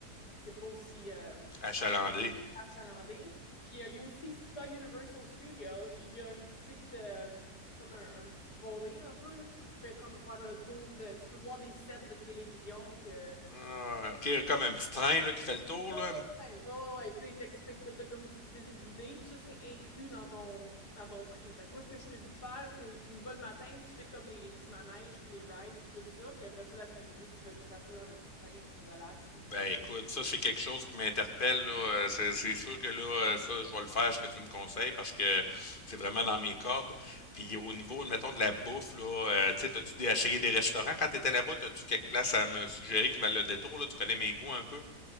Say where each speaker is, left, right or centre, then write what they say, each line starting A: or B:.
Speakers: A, on the left (about 80°); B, on the left (about 30°).
A: c'est pas aussi euh,
B: achalandé?
A: achalandé. Puis euh, il y a aussi, si tu vas à Universal Studios, il y a une petite, euh, comme un, un petit trolley un peu, là, qui te fait comme faire le tour de. Tu peux voir des sets de télévision que
B: Ah, OK, comme un petit train là, qui fait le tour,
A: Ouais,
B: là.
A: ouais, ouais, ouais, ouais. ouais. Puis là, ils t'expliquent tout, là, comme une petite visite guidée. Puis ça, c'est inclus dans ton, dans ton prix. Fait que moi, ce que je te dis de faire, c'est tu y vas le matin, tu fais comme les, les petits manèges, puis les rides, puis tout ça. Puis après ça, l'après-midi, tu fais juste assez dans le petit train, puis tu relaxes, puis tu
B: Ben
A: fais le tour.
B: écoute, ça c'est quelque chose qui m'interpelle là. Euh, C'est c'est sûr que là, euh, ça, je vais le faire ce que tu me conseilles parce que c'est vraiment dans mes cordes. Puis au niveau, mettons, de la bouffe, là, euh, tu sais, t'as-tu des- essayé des restaurants quand t'étais là-bas? T'as-tu quelques places à me suggérer qui valent le détour, là? Tu connais mes goûts un peu?